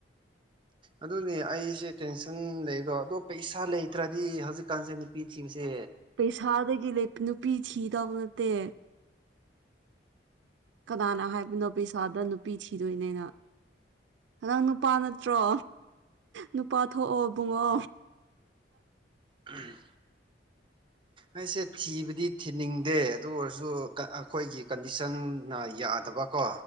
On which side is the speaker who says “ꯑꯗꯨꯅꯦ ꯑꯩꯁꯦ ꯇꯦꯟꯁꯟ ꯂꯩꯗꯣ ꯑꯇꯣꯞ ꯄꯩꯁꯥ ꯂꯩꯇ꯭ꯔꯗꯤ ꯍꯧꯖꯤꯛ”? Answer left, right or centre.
Right